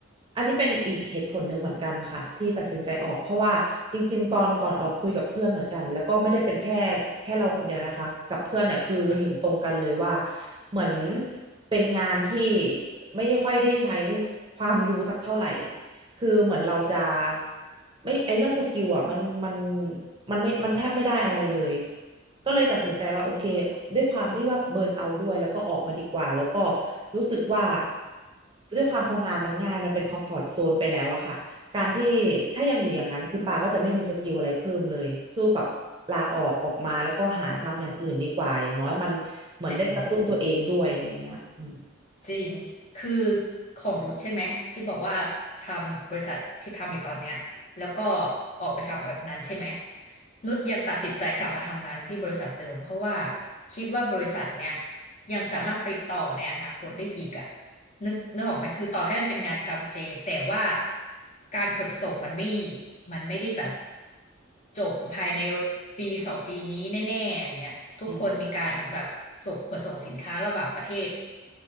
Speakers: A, on the right; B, on the left.
A: อันนี้เป็นอีกเหตุผลหนึ่งเหมือนกันค่ะที่ตัดสินใจออกเพราะว่าจริงๆตอนก่อนออกคุยกับเพื่อนเหมือนกันแล้วก็ไม่ได้เป็นแค่แค่เราคนเดียวนะคะกับเพื่อนเนี่ยคือเห็นตรงกันเลยว่า
B: ค่ะ
A: เหมือนเป็นงานที่ไม่ได้ค่อยได้ใช้ความรู้สักเท่าไหร่คือเหมือนเราจะไม่ไอเรื่องสกิลอ่ะมันมันมันไม่มันแทบไม่ได้อะไรเลย ก็เลยตัดสินใจว่าโอเคด้วยความที่ว่าเบิร์นเอาท์ด้วยแล้วก็ออกมาดีกว่าแล้วก็รู้สึกว่าด้วยความพองานมันง่ายมันเป็นคอมฟอร์ z โซนไปแล้วอะค่ะการที่ถ้ายังอยู่อย่างนั้นคือปาก็จะไม่มีสกิลอะไรเพิ่มเลยสู้กับลาออกออกมาแล้วก็หาทำอย่างอื่นดีกว่าอย่างน้อยมันเหมือนได้กระตุ้นตัวเองด้วยอะไรอย่างเงี้ยอืม
B: เจน จริง คือของรุทใช่ไหมที่บอกว่าทำบริษัทที่ทำอยู่ตอนเนี้ยแล้วก็ออกไปทำแบบนั้นใช่ไหมนุชยังตัดสินใจกลับมาทำงานที่บริษัทเดิมเพราะว่าคิดว่าบริษัทเนี้ยยังสามารถไปต่อในอนาคตได้อีกอ่ะ นึกนึกออกไหมคือต่อให้มันเป็นงานจำเจแต่ว่าการขนส่งมันไม่มันไม่ได้แบบจบภายในปีสองปีนี้แน่ๆอย่างเงี้ยทุกคนมีการแบบส่งขนส่งสินค้าระหว่างประเทศ
A: อืม